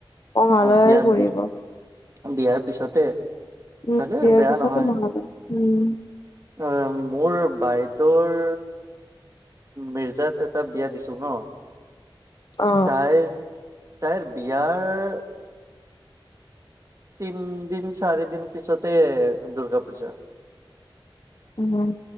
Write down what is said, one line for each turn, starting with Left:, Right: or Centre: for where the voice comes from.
Left: মহালয়াই
Right: অ' বিয়াৰ-বিয়াৰ
Left: পৰিব
Right: পিছতে।
Left: উম,
Right: ভালে
Left: বিয়াৰ
Right: বেয়া
Left: পিছতে
Right: নহয়
Left: মহালয়া উম।
Right: অ' মোৰ বাইদেউৰ মিৰ্জাত এটা বিয়া দিছোঁ হা।
Left: অ'।
Right: তাইৰ-তাইৰ বিয়াৰ তিনিদিন, চাৰিদিন পিছতে দুৰ্গাপূজা।
Left: উম